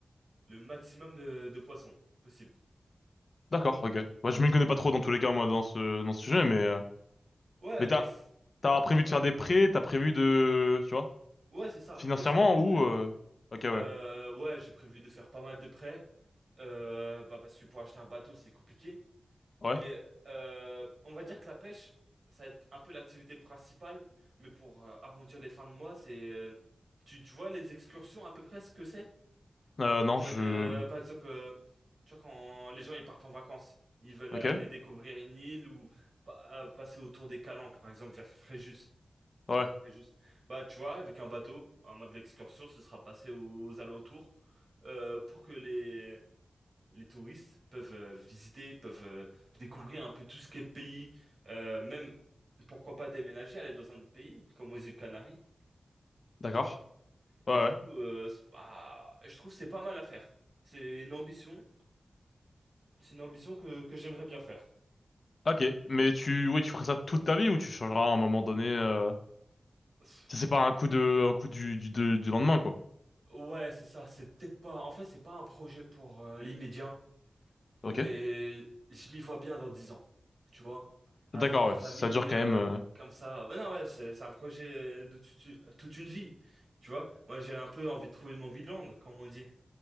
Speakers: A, on the right (about 70°); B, on the left (about 60°).
A: le maximum euh, de poissons possible.
B: D'accord. Ok. Moi, je me connais pas trop dans tous les cas, moi, dans ce dans ce sujet, mais euh,
A: Ouais,
B: mais
A: mais...
B: t'as
A: c-
B: t'as
A: Hmm
B: prévu de faire des prêts, t'as prévu de, tu vois,
A: Ouais, c'est ça,
B: financièrement
A: de faire des
B: ou
A: prêts.
B: euh, Ok, ouais.
A: Euh, ouais, j'ai prévu de faire pas mal de prêts, euh, bah parce que pour acheter un bateau, c'est compliqué.
B: Ouais.
A: Mais euh, on va dire que la pêche, ça va être un peu l'activité principale, mais pour euh, arrondir les fins de mois, c'est... euh, tu, tu vois les excursions à peu près ce que c'est?
B: Euh, non,
A: En mode,
B: je...
A: euh, par exemple, euh, tu vois quand les gens ils partent en vacances, ils veulent
B: Ok.
A: aller découvrir une île ou pa- euh, passer autour des calanques, par exemple, vers Fréjus.
B: Ouais,
A: C'est juste. Bah, tu vois, avec un bateau, un mode de l'excursion, ce sera passé aux alentours euh, pour que les, les touristes peuvent euh, visiter, peuvent euh, découvrir un peu tout ce qu'est le pays, euh, même pourquoi pas déménager, aller dans un autre pays, comme aux îles Canaries,
B: d'accord.
A: tu vois.
B: Ouais,
A: Et
B: ouais.
A: du coup, euh, c'est- bah, je trouve que c'est pas mal à faire. C'est une ambition, c'est une ambition que, que j'aimerais bien faire.
B: Ok. Mais tu... Oui, tu ferais ça toute ta vie ou tu changeras à un moment donné... Euh...
A: Pff,
B: ça, C'est pas un coup de... un coup du, du, de- du lendemain, quoi.
A: Ouais, c'est ça, c'est peut-être pas. En fait, c'est pas un projet pour euh, l'immédiat.
B: Ok.
A: Mais je m'y vois bien dans 10 ans, tu vois. Avoir
B: D'accord,
A: ta
B: ouais.
A: famille
B: Ça dure
A: euh,
B: quand même... euh. <laughs>
A: comme ça. Ouais, non, ouais, c'est c'est un projet de toute une, toute une vie, tu vois. Moi, j'ai un peu envie de trouver mon vide-land, comme on dit.